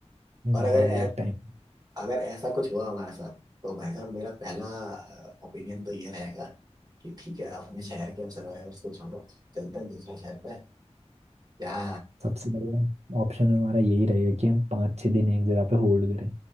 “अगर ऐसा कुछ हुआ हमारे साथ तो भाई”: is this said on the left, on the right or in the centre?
Right